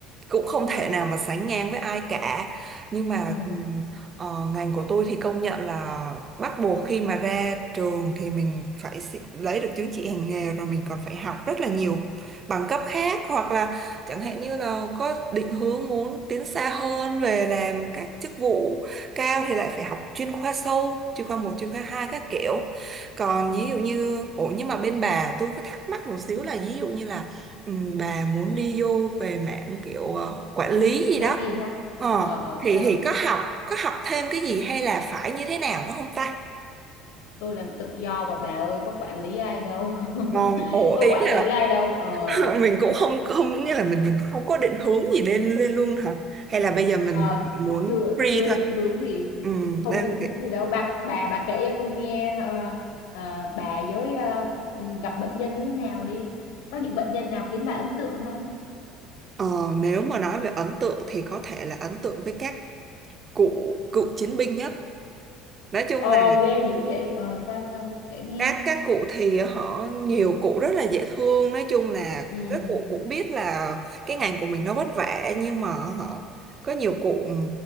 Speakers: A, on the right; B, on the left.
A: cũng không thể nào mà sánh ngang với ai cả nhưng mà
B: ừ
A: ừm, ờ, ngành của tôi thì công nhận là bắt buộc khi mà ra trường thì mình phải xi- lấy được chứng chỉ hành nghề rồi mình còn phải học rất là nhiều bằng cấp khác hoặc là chẳng hạn như là có định hướng muốn tiến xa hơn về làm các chức vụ cao thì lại phải học chuyên khoa sâu chuyên khoa một chuyên khoa hai các kiểu còn ví dụ như ủa nhưng mà bên bà tôi có thắc mắc một xíu là ví dụ như là Ừ, bà muốn đi vô về mạng kiểu ờ, quản lý gì
B: mảng
A: đó
B: gì ha
A: ờ,
B: ờ ờ
A: thì
B: sao
A: thì có học có học thêm cái gì hay là phải như thế nào nữa không ta
B: tôi làm tự do mà bà ơi có quản lý ai đâu <laughs>
A: còn ồ
B: có
A: ý
B: quản
A: là
B: lý ai đâu ờ
A: <laughs> mình cũng không không nghĩa là mình mình không có định hướng gì lên lên luôn hả hay là bây giờ mình
B: ờ,
A: chỉ muốn
B: chưa
A: free
B: chưa
A: thôi
B: định hướng gì
A: ừ,
B: không
A: đang
B: định hướng
A: kiểu-
B: gì đâu bà bà bà kể cho tôi nghe ờ, ờ, bà với ờ, ừm, gặp bệnh nhân như thế nào đi có những bệnh nhân nào khiến bà ấn tượng không
A: ờ, nếu mà nói về ấn tượng thì có thể là ấn tượng với các cụ cựu chiến binh nhất nói chung
B: ờ
A: là
B: ghê dữ vậy ờ sao sao kể nghe
A: các các cụ thì họ nhiều cụ rất là dễ thương nói chung là
B: ừ
A: các cụ cũng biết là cái ngành của mình nó vất vả nhưng mà họ có nhiều cụ